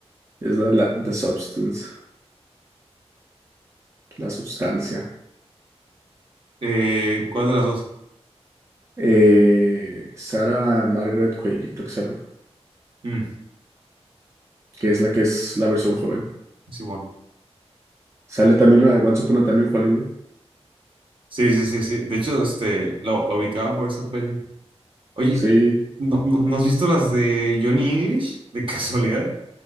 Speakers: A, on the right; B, on the right.
A: es la de la The Substance, la sustancia.
B: Eh, ¿cuál de las dos?
A: Eh, Sarah Margaret Qualley, creo que se llama,
B: Mm,
A: que es la que es la versión joven.
B: Simón.
A: Sale también la de Once Upon a Time en Hollywood.
B: Sí, sí, sí, sí. De hecho, este, lo, lo ubicaba por esa peli. Oye,
A: Sí,
B: ¿no, no, no has visto las de Johnny English? De casualidad.